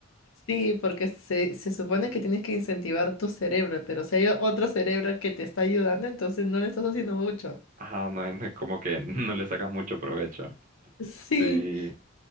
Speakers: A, on the left; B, on the right.
A: sí, porque se, se supone que tienes que incentivar tu cerebro, pero si hay otro cerebro que te está ayudando, entonces no le estás haciendo mucho.
B: Ah, no, es no es como que <laughs> no le sacas mucho provecho.
A: Sí.
B: Sí.